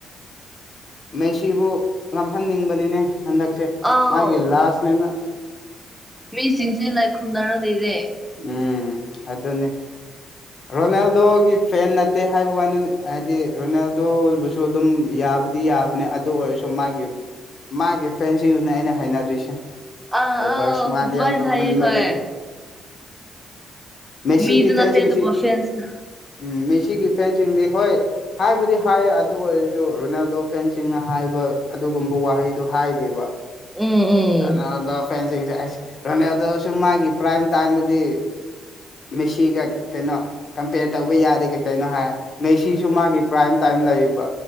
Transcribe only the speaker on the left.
ꯃꯦꯁꯤꯕꯨ ꯉꯝꯍꯟꯅꯤꯡꯕꯅꯤꯅꯦ ꯍꯟꯗꯛꯁꯦ
ꯃꯥꯒꯤ ꯂꯥꯁꯅꯦꯅ
ꯎꯝ ꯑꯗꯨꯅꯦ
ꯔꯣꯅꯦꯜꯗꯣꯒꯤ ꯐꯦꯟ ꯅꯠꯇꯦ ꯍꯥꯏꯕ ꯋꯥꯗꯨꯅꯤ ꯍꯥꯏꯗꯤ ꯔꯣꯅꯦꯜꯗꯣ ꯑꯣꯏꯕꯨꯁꯨ ꯑꯗꯨꯝ ꯌꯥꯕꯨꯗꯤ ꯌꯥꯕ ꯑꯗꯨ ꯑꯣꯏꯔꯁꯨ ꯃꯥꯒꯤ ꯃꯥꯒꯤ ꯐ꯭ꯔꯦꯟꯁꯤꯡꯗꯨꯅꯦ ꯑꯩꯅ ꯍꯥꯏꯅꯗ꯭ꯔꯤꯁꯦ
ꯑꯣꯕꯔ
ꯁꯃ꯭ꯔꯥꯠ
ꯌꯥꯝꯅ ꯇꯧꯃꯟꯕꯒꯤ
ꯃꯦꯁꯤꯒꯤ
ꯐꯦꯟꯁꯤꯡꯁꯤ
ꯎꯝ ꯃꯦꯁꯤꯒꯤ ꯐꯦꯟꯁꯤꯡꯗꯤ ꯍꯣꯏ ꯍꯥꯏꯕꯨꯗꯤ ꯍꯥꯏꯌꯦ ꯑꯗꯨ ꯑꯣꯏꯔꯁꯨ ꯔꯣꯅꯥꯜꯗꯣ ꯐꯦꯟꯁꯤꯡꯅ ꯍꯥꯏꯕ ꯑꯗꯨꯒꯨꯝꯕ ꯋꯥꯍꯩꯗꯨ ꯍꯥꯏꯗꯦꯕ
ꯔꯣꯅꯥꯜꯗꯣ ꯐꯦꯟꯁꯤꯡꯁꯦ ꯔꯣꯅꯦꯜꯗꯣ ꯁꯨ ꯃꯥꯒꯤ ꯄ꯭ꯔꯥꯏꯝ ꯇꯥꯏꯝꯗꯗꯤ ꯃꯦꯁꯤꯒ ꯀꯩꯅꯣ ꯀꯝꯄꯦꯌꯔ ꯇꯧꯕ ꯌꯥꯗꯦ ꯀꯩ ꯀꯩꯅꯣ ꯍꯥꯏ ꯃꯦꯁꯤꯁꯨ ꯃꯥꯒꯤ ꯄ꯭ꯔꯥꯏꯝ ꯇꯥꯏꯝ ꯂꯩꯌꯦꯕ